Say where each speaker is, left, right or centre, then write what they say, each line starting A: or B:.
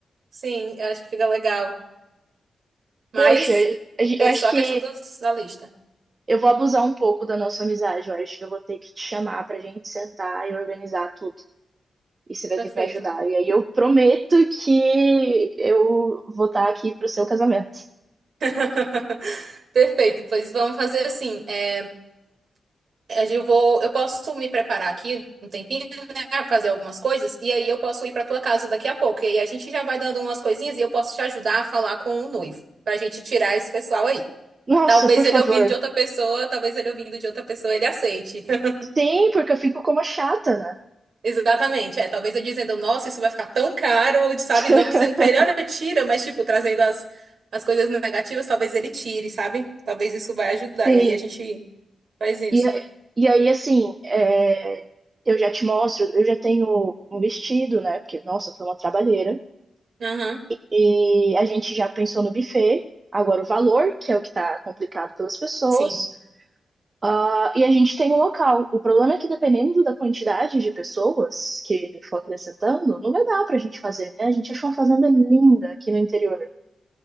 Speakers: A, on the right; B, on the right.
A: Sim, eu acho que fica legal. Mas
B: Poxa, a gen-
A: é
B: eu acho
A: só
B: que
A: a questão das- da lista.
B: eu vou abusar um pouco da nossa amizade. Eu acho que eu vou ter que te chamar pra gente sentar e organizar tudo. E você vai
A: Perfeito.
B: ter que me ajudar. E aí eu prometo que eu vou estar aqui pro seu casamento.
A: <laughs> Perfeito, pois vamos fazer assim. é, eu vou, eu posso me preparar aqui um tempinho, né, fazer algumas coisas e aí eu posso ir para tua casa daqui a pouco. E aí a gente já vai dando umas coisinhas e eu posso te ajudar a falar com o noivo pra gente tirar esse pessoal aí.
B: Nossa,
A: Talvez
B: por
A: ele
B: favor.
A: ouvindo de outra pessoa, talvez ele ouvindo de outra pessoa ele aceite. <laughs>
B: Sim, porque eu fico como a chata, né?
A: Exatamente, é. Talvez eu dizendo, nossa, isso vai ficar tão caro, sabe?
B: <laughs>
A: Não dizendo pra ele, olha, tira, mas tipo trazendo as as coisas negativas, talvez ele tire, sabe? Talvez isso vai ajudar.
B: Sim.
A: E aí a gente Faz isso.
B: E, a- e aí, assim, é, eu já te mostro, eu já tenho um vestido, né? Porque, nossa, foi uma trabalheira.
A: Aham,
B: E a gente já pensou no buffet, agora o valor, que é o que tá complicado pelas pessoas.
A: sim.
B: Ah, e a gente tem um local. O problema é que, dependendo da quantidade de pessoas que ele for acrescentando, não vai dar pra gente fazer, né? A gente achou uma fazenda linda aqui no interior.